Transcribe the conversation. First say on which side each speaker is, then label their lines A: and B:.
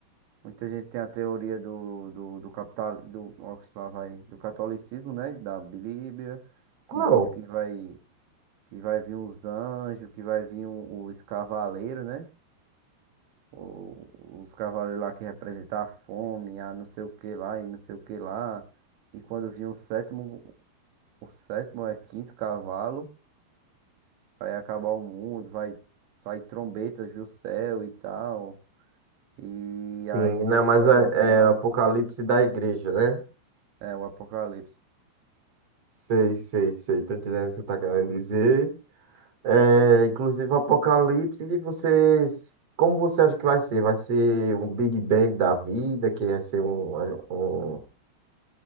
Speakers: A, on the right; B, on the right.
A: muita gente tem a teoria do, do, do capital, do, ó, lá vai, do catolicismo, né? Da Bíblia,
B: Qual?
A: que diz que vai, que vai vir os anjos, que vai vir o- os cavaleiros, né? o- os cavalos lá que representam a fome, a não sei o que lá e não sei o que lá. E quando vir o sétimo, o sétimo é quinto cavalo, vai acabar o mundo, vai sair trombetas do céu e tal. E
B: Sim,
A: aí Jesus
B: não, mas
A: vai
B: é,
A: voltar.
B: é o Apocalipse da Igreja, né?
A: É o Apocalipse.
B: Sei, sei, sei. Tô entendendo o que você tá querendo dizer. É, inclusive, o Apocalipse, e vocês. Como você acha que vai ser? Vai ser um Big Bang da vida, que vai ser um, um,